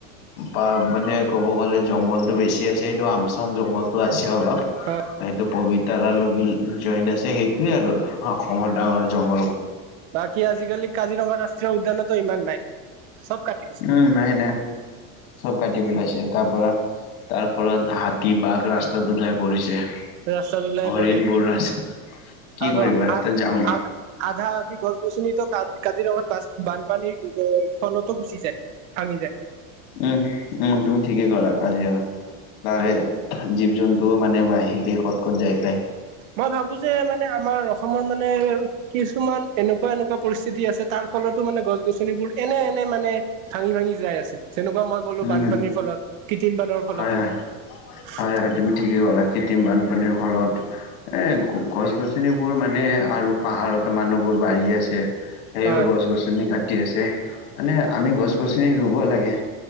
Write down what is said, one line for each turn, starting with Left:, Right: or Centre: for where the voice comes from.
Left: বা মানে ক'ব গ'লে জংঘলতটো বেছি আছে স সেইটো আমচং জংঘলতটো আছে। অলপ
Right: হয়
Left: সেইটো পবিতাৰ লগত জইন আছে সেইটোৱে আৰু অসমত ডাঙৰ জংঘ
Right: বাকী আজিকালি কাজিৰঙা ৰাষ্ট্ৰীয় উদ্যানতো ইমান নাই। চব কাটি দিছে
Left: উম, নাই নাই চব কাটি পেলাইছে তাৰ পৰা। তাৰ ফলত হাতী বাঘ ৰাস্তা ওলাই পৰিছে।
Right: ৰাস্তা ওলাই
Left: হৰিণবোৰ
Right: পৰে
Left: ৰাস্তা কি
Right: আৰু
Left: কৰিবা
Right: আ-আা-আধা
Left: তাত যাওঁ
Right: আধি গছ গছনিটো কা কাজিৰঙাত বা বানপানীৰ ফলতো গুচি যায় ভাঙি যায়।
Left: উম উম তুমি ঠিকেই ক'লা কাজিৰঙা তাৰে জীৱ জন্তুও মানে <unintelligible> ক'ত ক'ত যায় পায়।
Right: মই ভাবো যে মানে আমাৰ অসমৰ মানে কিছুমান এনেকুৱা এনেকুৱা পৰিস্থিতি আছে তাৰ ফলতো মানে গছ গছনিবোৰ এনে এনে মানে ভাঙি ভাঙি যাই আছে। যেনেকুৱা মই ক'লো
Left: উম
Right: বানপানীৰ ফলত কৃত্ৰিম বানৰ ফলত।
Left: হয় হয় হয় হয় তুমি ঠিকেই ক'লা কৃত্ৰিম বানপানীৰ ফলত। এই গছ গছনিবোৰ মানে আৰু পাহাৰত মানুহবোৰ বাঢ়ি আছে। সেইও
Right: হয়
Left: গছ গছনি কাটি আছে। মানে আমি গছ গছনি ৰুব লাগে।